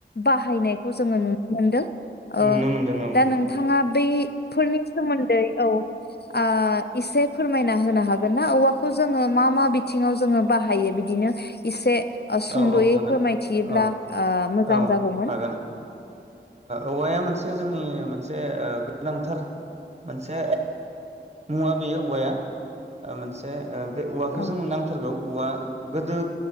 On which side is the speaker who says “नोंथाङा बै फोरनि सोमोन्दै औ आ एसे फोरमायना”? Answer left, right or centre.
Left